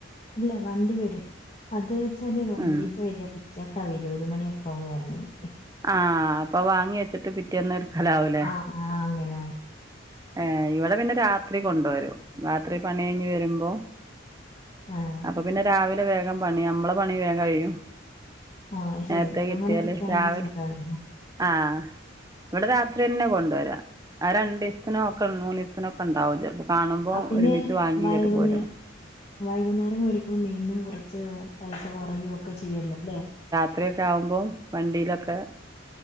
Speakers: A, on the left (about 30°); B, on the right (about 20°).
A: അല്ല വണ്ടി വരും അത് വെച്ചാല് വണ്ടി
B: ആ
A: വരി ഉച്ചക്കാവര്യ ഒരു മണിയൊക്കാവും വരണെങ്കിൽ
B: ആഹ് അപ്പൊ വാങ്ങി വെച്ചിട്ട് പിറ്റേന്ന് എടുക്കലവുല്ലേ
A: ആഹ് ആഹ് അങ്ങനെ
B: ഏഹ് ഇവിടെ പിന്നെ രാത്രി കൊണ്ടുവരും രാത്രി പണി കഴിഞ്ഞ് വരുമ്പോ
A: ആഹ്
B: അപ്പൊ പിന്നെ രാവിലെ വേഗം പണി നമ്മളെ പണി വേഗം കഴിയും
A: ആഹ് ശരിയ
B: നേരത്തെ കിട്ടിയാല്
A: അങ്ങനെ കിട്ടുവാണെങ്കിൽ
B: രാവിലെ
A: സുഗാണ്
B: ആഹ് ഇവിടെ രാത്രി തന്നെ കൊണ്ടുവരാം രണ്ടു ദിവസത്തിനോ നോക്കാനൊ അതിനൊക്കോണ്ടാവും ചിലപ്പോ കാണുമ്പോ
A: ആഹ് പിന്നെ
B: ഒരുമിച്ച് വാങ്ങിയിട്ട്
A: വൈകുന്നേരം
B: പോരും
A: വൈകുന്നേരം മേടികുമ്പോ മീനിന്നും കുറച്ച് പൈസ കുറയയും ഒക്കെ ചെയ്യുവല്ലോ അല്ലേ
B: അത്രയൊക്കെ ആകുമ്പോ വണ്ടിയിലൊക്കെ